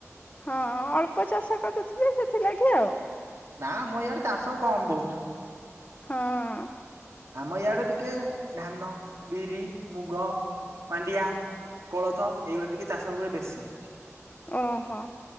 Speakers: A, on the left; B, on the right.
A: ହଁ ଅଳ୍ପ ଚାଷ କରୁଥିବେ ସେଥିଲାଗି ଆଉ।
B: ନା ମ ଇଆଡେ ଚାଷ କମ ବହୁତ।
A: ହଁ
B: ଆମ ଇଆଡ଼େ ଟିକେ ଧାନ, ବିରି, ମୁଗ, ମାଣ୍ଡିଆ କୋଳଥ ଏଇଗୁଡ଼ା ଟିକେ ଚାଷ ହୁଏ ବେଶୀ।
A: ଓହୋ